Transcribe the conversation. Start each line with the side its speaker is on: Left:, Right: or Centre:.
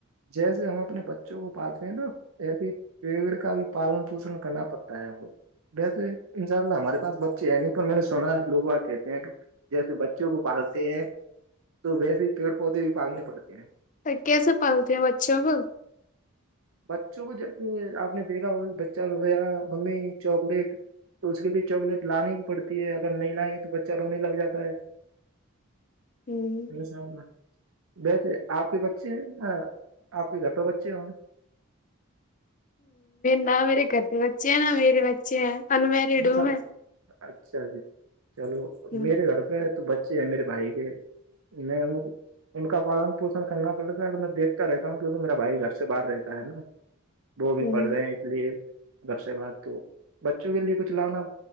Right: جیسے ہم اپنے بچوں کو پالتے ہیں نا ایسے ہی پیڑ کا بھی پالن پوشن کرنا پڑتا ہے وہ جیسے ان شاء اللہ ہمارے پاس بچے ہیں نہیں پر میں نے سنا ہے لوگ کہتے ہیں کہ جیسے بچوں کو پالتے ہیں تو ویسے پیڑ پودے بھی پالنے پڑتے ہیں
Left: تو کیسے پالتے ہیں بچوں کو
Right: بچوں کو جیسے آپ نے دیکھا اور بچہ رویا ممی چاکلیٹ تو اس کے لیے چاکلیٹ لانی بھی پڑتی ہے اگر نہیں لائیں گے تو بچہ رونے لگ جاتا ہے
Left: ہوں
Right: انشاء اللہ ویسے آپ کے بچے ہیں آپ کے گھر پہ بچے ہوں گے
Left: نہ میرے گھر پہ بچے ہیں نا میرے بچے ہیں انمیرڈ
Right: انشاءاللہ
Left: ہوں میں
Right: اچھا جی چلو
Left: ہوں
Right: میرے گھر پہ تو بچے ہے میرے بھائی کے میں ان کا پالن پوشن کرنا پڑتا ہے تو میں دیکھتا رہتا ہوں کیونکہ میرا بھائی گھر سے باہر رہتا ہے نا وہ بھی
Left: ہوں،
Right: پڑھ رہے ہیں اس لیے گھر سے باہر تو بچوں کے لیے کچھ لانا